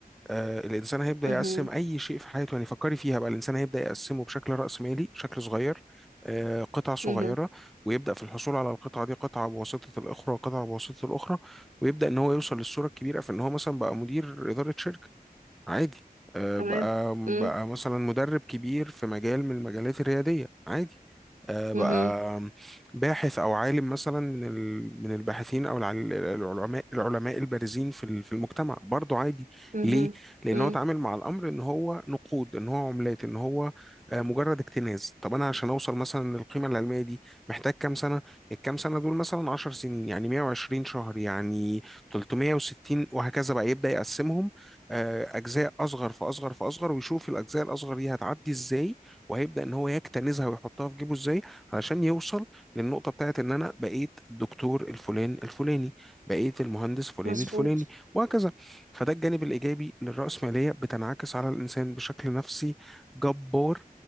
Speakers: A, in the centre; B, on the right.
A: آه، الانسان هيبدا
B: مهم.
A: يقسم اي شيء في حياته يعني فكري فيها بقى الانسان هيبدا يقسمه بشكل راسمالي شكل صغير آه، قطع صغيره
B: مهم.
A: ويبدا في الحصول على القطعه دي قطعه بواسطه الاخرى وقطعه بواسطه الاخرى ويبدا ان هو يوصل للصوره الكبيره في ان هو مثلا بقى مدير اداره شركه عادي آه،
B: تمام
A: بقى
B: مم.
A: بقى مثلا مدرب كبير في مجال من المجالات الريادية عادي آه، بقى
B: مهم.
A: باحث أو عالم مثلا من ال- من الباحثين أو الع- العلماء العلماء البارزين في ال- في المجتمع برضه عادي
B: مهم.
A: ليه؟ لأن
B: مم.
A: هو اتعامل مع الأمر إن هو نقود إن هو عملات إن هو آه، مجرد اكتناز طب أنا عشان أوصل مثلا للقيمة العلمية دي محتاج كام سنة؟ الكام سنة دول مثلا 10 سنين يعني 120 شهر يعني 360 وهكذا بقى يبدأ يقسمهم آه، اجزاء اصغر فاصغر فاصغر ويشوف الاجزاء الاصغر دي هتعدي ازاي وهيبدا ان هو يكتنزها ويحطها في جيبه ازاي علشان يوصل للنقطه بتاعت ان انا بقيت الدكتور الفلان الفلاني بقيت المهندس فلان
B: مظبوط
A: الفلاني وهكذا فده الجانب الايجابي للراسماليه بتنعكس على الانسان بشكل نفسي جبار